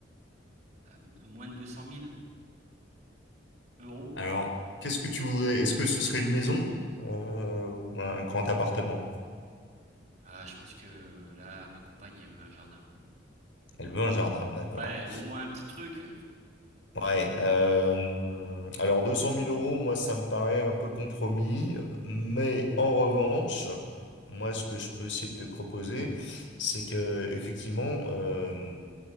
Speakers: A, on the right; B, on the left.
A: à mo- moins de deux cent mille euros,
B: Alors, qu'est-ce que tu voudrais? Est-ce que ce serait une maison euh, ou un grand appartement?
A: euh, je pense que là, ma compagne, elle veut un jardin.
B: Elle veut un jardin, d'accord.
A: Ouais, au moins un petit truc.
B: Ouais. euh, alors, deux cent mille euros, moi, ça me paraît un peu compromis. Mais en revanche, moi, ce que je peux essayer de te proposer, c'est que, effectivement, euh,